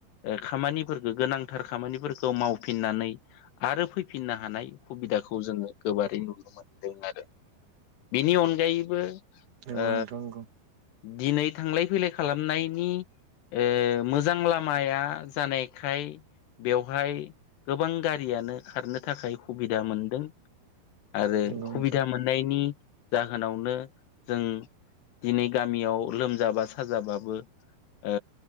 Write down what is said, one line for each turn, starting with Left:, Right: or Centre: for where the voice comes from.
Left: ओ खामानिफोरखौ गोनांथार खामानिफोरखौ मावफिननानै आरो फैफिननो हानाय हुबि। दाखौ जोङो गोबारै नुनो मोनदों आरो बेनि अनगायैबो।
Right: नंगौ
Left: ओ
Right: नोंथां नंगौ
Left: दिनै। थांलाय फैलाय खालामनायनि ओ मोजां लामाया जानायखाय। बेवहाय गोबां गारियानो खारनो थाखाय हुबिदा मोनदों। आरो
Right: नंगौ नोंथां
Left: हुबिदा मोननायनि जाहोनावनो जों। दिनै गामियाव लोमजाबा साजाबाबो ओ